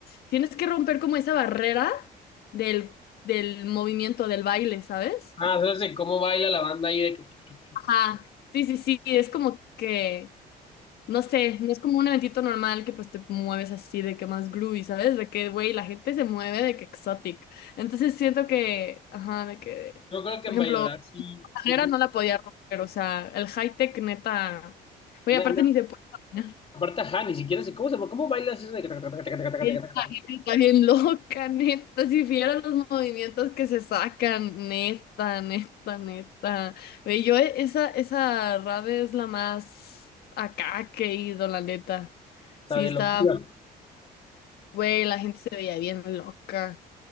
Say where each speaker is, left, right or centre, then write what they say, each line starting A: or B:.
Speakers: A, on the left (about 70°); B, on the left (about 35°).
A: tienes que romper como esa barrera del, del movimiento, del baile, ¿sabes?
B: Ah, sabes de cómo baila la banda ahí de que tu, tu, tu,
A: Ajá,
B: tu.
A: sí, sí, sí, es como que, no sé, no es como un eventito normal que pues te mueves así de que más groovy, ¿sabes? De que, güey, la gente se mueve de que exotic. Entonces siento que, ajá, de que...
B: Yo creo que
A: Por
B: en
A: ejemplo,
B: bailar sí, sí.
A: manera no la podía romper, o sea, el high tech neta. Oye,
B: No,
A: aparte
B: no.
A: ni se puede caminar.
B: Aparte ajá, ni siquiera sé cómo se cómo bailas eso de que taca, taca, taca, taca, taca,
A: Y
B: taca,
A: Esta
B: taca,
A: gente
B: taca?
A: está bien <laughs> loca, neta. Si vieras los movimientos que se sacan, neta, neta, neta. ve yo e- esa, esa rave es la más acá que he ido, la neta.
B: O sea,
A: Sí,
B: de
A: está,
B: locura.
A: güey, la gente se veía bien loca.